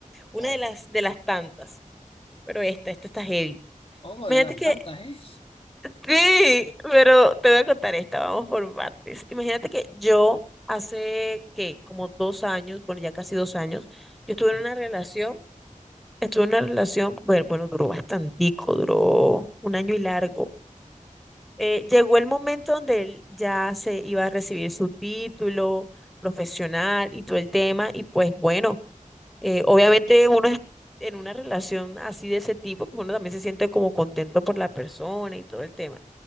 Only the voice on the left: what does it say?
A ver.
Oh,
de las
tantas, ¿eh?
Sí,